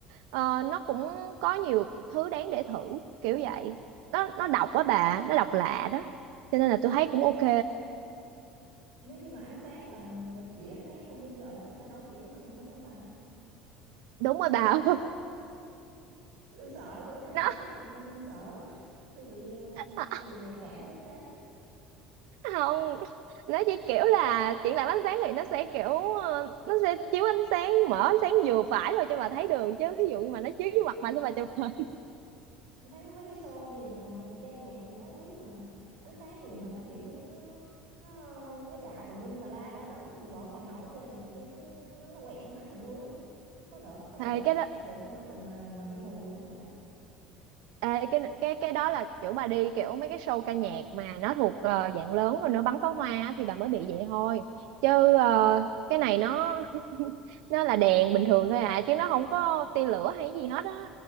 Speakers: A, on the right (about 80°); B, on the right (about 65°).
A: ờ, nó cũng có nhiều thứ đáng để thử kiểu vậy nó nó độc quá bà nó độc lạ đó cho nên là tôi thấy cũng ok
B: nếu như mà ánh sáng là người ta chỉ ánh sáng lên trên trời chứ người ta đâu có chỉ vô mặt mình đúng không bà
A: đúng rồi bà ơi
B: tôi sợ chỗ nào mà
A: <laughs>
B: ánh sáng tùm lum tôi sợ lắm á. tôi bị ờ,
A: nó
B: tôi bị nhạy cảm với ánh sáng đó.
A: không nó chỉ kiểu là triển lãm ánh sáng thì nó sẽ kiểu ờ, nó sẽ chiếu ánh sáng mở ánh sáng vừa phải thôi cho bà thấy đường chứ ví dụ như mà nó chiếu vô mặt bà thì bà chụp hình
B: Tôi thấy có mấy cái show gì mà ca nhạc gì đó không biết mà ánh sáng gì mà nó kiểu gì đó, nó nó nó nó chạy tùm lum tà la rồi nó bắn loạn xà ngầu hết trơn rồi nhiều khi nó nó nó quẹt ngay mắt mình luôn á có đợt có đợt
A: thì
B: ánh
A: cái
B: sáng
A: đó
B: quẹt ngay mắt mình mà mà bị mù luôn á bà
A: Ê, cái cái cái đó là kiểu mà đi kiểu mấy cái show ca nhạc mà nó thuộc ờ, dạng lớn rồi nó bắn pháo hoa á, thì bà mới bị vậy thôi chứ ờ, cái này nó <laughs> nó là đèn bình thường thôi à chứ nó không có tia lửa hay gì hết á